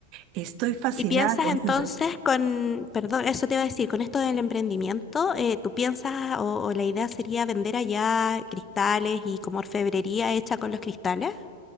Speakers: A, on the right; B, on the left.
A: estoy fascinada
B: ¿Y piensas
A: con
B: entonces
A: esa
B: con, perdón, eso te iba a decir, con esto del emprendimiento, eh, tú piensas o, o la idea sería vender allá cristales y como orfebrería hecha con los cristales?